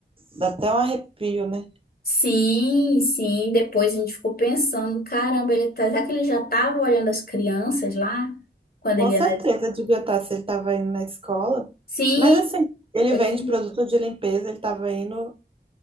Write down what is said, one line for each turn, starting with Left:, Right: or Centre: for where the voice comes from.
Right: dá até um arrepio, né?
Left: Sim, sim. Depois a gente ficou pensando, caramba, ele tá, será que ele já estava olhando as crianças lá? Quando
Right: Com
Left: ele ia
Right: certeza
Left: na...
Right: devia estar, se ele estava indo na escola.
Left: Sim,
Right: Mas assim, ele
Left: ele
Right: vende produto de limpeza, ele estava indo